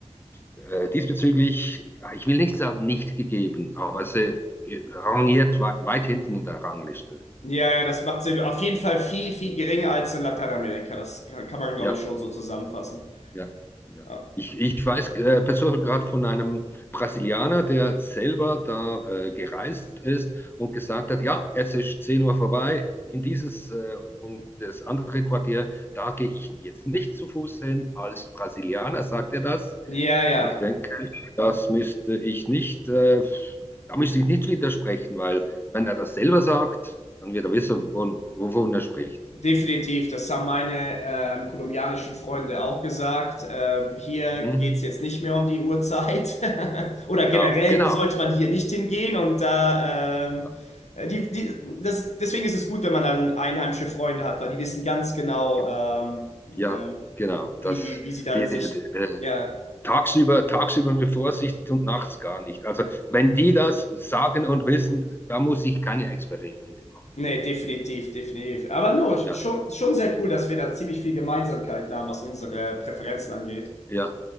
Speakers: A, on the left; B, on the left.
A: äh, diesbezüglich, ja, ich will nicht sagen nicht gegeben, aber sie rangiert weit hinten in der Rangliste.
B: Ja, ja, das macht Sinn. Auf jeden Fall viel, viel geringer als in Lateinamerika. Das kann kann man, glaube
A: Ja,
B: ich, schon so zusammenfassen.
A: ja, ja.
B: Ja,
A: Ich, ich weiß äh, persönlich gerade von einem Brasilianer, der selber da äh, gereist ist und gesagt hat, ja, jetzt ist 10 Uhr vorbei, in dieses äh, und das andere Quartier, da gehe ich jetzt nicht zu Fuß hin. Als Brasilianer sagt er das.
B: ja. ja.
A: Und ich denke, das müsste ich nicht, äh, da müsste ich nicht widersprechen, weil wenn er das selber sagt, dann wird er wissen, wovon, wovon er spricht.
B: Definitiv, das haben meine ähm, kolumbianischen Freunde auch gesagt. Ähm, hier
A: Mhm.
B: geht's jetzt nicht mehr um die Uhrzeit. <laughs> Oder
A: Genau,
B: generell
A: genau.
B: sollte man hier nicht hingehen und da ähm,
A: Ja,
B: äh, die, die, das, deswegen ist es gut, wenn man dann einheimische Freunde hat, weil die wissen ganz genau,
A: ge-
B: ähm,
A: ja
B: ähm,
A: genau. Das,
B: wie, wie sie da
A: die, die,
B: sich.
A: die, äh,
B: Ja,
A: tagsüber, tagsüber mit Vorsicht und nachts gar nicht. Also, wenn die das sagen und wissen, da muss ich keine Experimente machen.
B: nee, definitiv, definitiv. Aber no,
A: Ja,
B: schon, schon sehr cool, dass wir da ziemlich viel Gemeinsamkeiten haben, was unsere Präferenzen angeht.
A: ja.